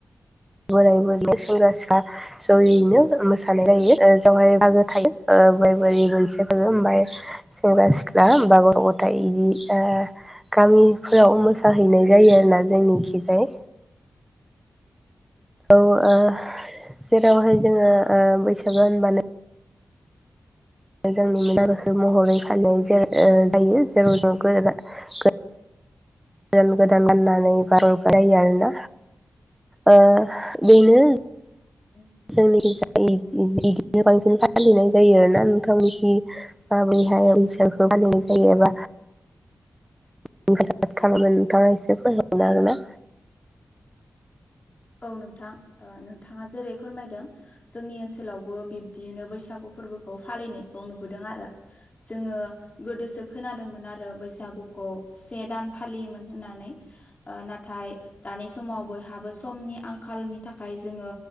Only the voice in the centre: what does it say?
बोराय बुरै सेंग्रा सिख्ला जयैनो मोसानाय जायो। ओ जावहाय बागो थायो। ओ बोर बोरि मोनसिफोर ओमफाय सेंग्रा सिख्ला बा गथ' गथाय इदि ओ गामिफोराव मोसाहैनाय जायो आरोना। जोंनिखिजाय औ ओ जेरावहाय जोङो ओ बैसागो होनबानो <unintelligible> गोदान गोदान गाननानै बा रंजा जायो आरोना। ओ बेनो
जोंनि जाय इ-इदिनो बांसिन फालिनाय जायो आरो ना नोंथां। मिहि माबैहाय बैसाखौ फालिनाय जायोबा <unintelligible> नोंथाङा एसे फोरमाय हरनो हागोना?